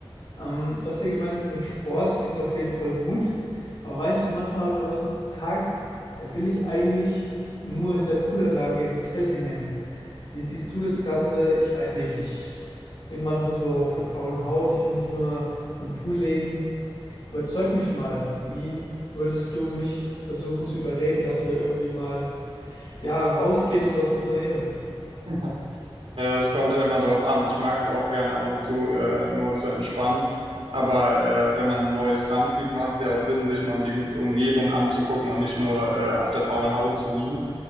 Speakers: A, on the left; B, on the right.
A: Ähm, du hast ja gemeint, mit Sport, das klingt auf jeden Fall gut. Aber weißt du, manchmal habe ich auch so einen Tag, da will ich eigentlich nur in der Poolanlage im Hotel hängen. Wie siehst du das Ganze? Ich weiß nicht, ich bin manchmal so auf der faulen Haut, ich will mich nur an den Pool legen. Überzeug mich mal. Wie würdest du mich versuchen zu überreden, dass wir irgendwie mal, ja, rausgehen und was unternehmen?
B: <laughs> Ja, es kommt ja immer drauf an. Ich mag es auch gerne ab und zu äh, nur zu entspannen. Aber äh, wenn man ein neues Land fliegt, macht es ja auch Sinn, sich mal um die Um- Umgebung anzugucken und nicht nur äh, auf der faulen Haut zu liegen.